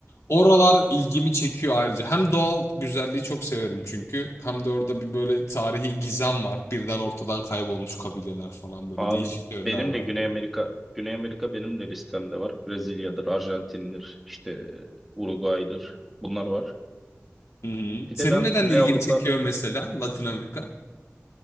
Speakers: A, on the left; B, in the centre.
A: Oralar ilgimi çekiyor ayrıca. Hem doğal güzelliği çok severim çünkü hem de orada bir böyle tarihi gizem var. Birden ortadan kaybolmuş kabileler falan böyle
B: Abi
A: değişik yerler
B: benim
A: var.
B: de Güney Amerika, Güney Amerika benim de listemde var. Brezilya'dır, Arjantin'dir, işte Uruguay'dır. Bunlar var.
A: Hı hı.
B: Bir
A: Senin
B: de ben
A: neden
B: Kuzey
A: ilgini
B: Avrupa
A: çekiyor mesela Latin Amerika?